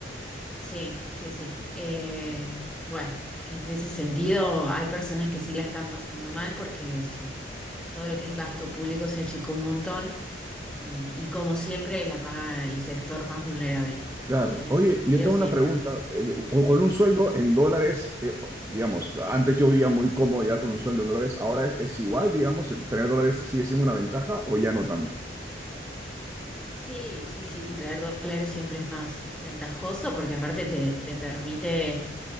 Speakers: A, in the centre; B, on the right.
A: Sí, sí, sí. Eh, bueno, en ese sentido hay personas que sí la están pasando mal porque se todo lo que es gasto público se achicó un montón y, y como siempre la paga el sector más vulnerable.
B: Claro.
A: Así que en ese
B: Oye,
A: sentido
B: yo tengo
A: sí
B: una
A: está.
B: pregunta. eh, Con con un sueldo
A: Ujú.
B: en dólares, eh, digamos, antes yo vivía muy cómodo ya con un sueldo en dólares, ahora es, es igual, digamos, el tener dólares sigue siendo una ventaja o ya no tanto.
A: Sí, sí, sí, traer dólares siempre es más ventajoso porque aparte te, te permite